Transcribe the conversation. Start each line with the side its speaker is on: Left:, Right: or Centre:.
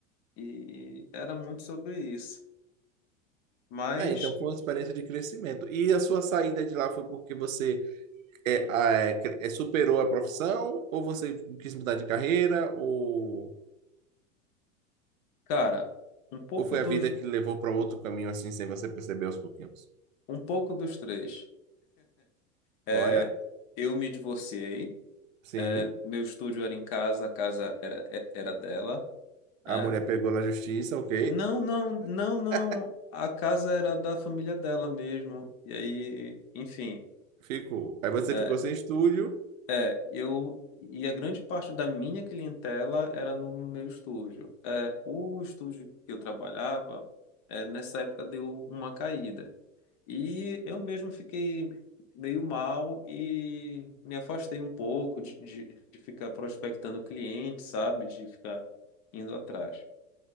Left: E era muito sobre isso. Mas,
Right: É, então foi uma experiência de crescimento. E a sua saída de lá foi porque você é, a- é, cre- é, superou a profissão, ou você quis mudar de carreira, ou,
Left: cara, um pouco
Right: ou foi
Left: dos,
Right: a vida que levou para outro caminho assim, sem você perceber aos pouquinhos?
Left: um pouco dos três. É,
Right: Olha,
Left: eu me divorciei,
Right: sim,
Left: é, meu estúdio era em casa, a casa era, é, era dela. né?
Right: a mulher pegou na justiça, ok.
Left: Não, não, não, não.
Right: <laughs>
Left: A casa era da família dela mesmo. E aí, enfim,
Right: Ficou. Aí você
Left: é,
Right: ficou sem estúdio,
Left: é, eu. E a grande parte da minha clientela era no meu estúdio. É, o estúdio que eu trabalhava, é, nessa época deu uma caída. E eu mesmo fiquei meio mal e me afastei um pouco de, de, de ficar prospectando clientes, sabe? De ficar indo atrás.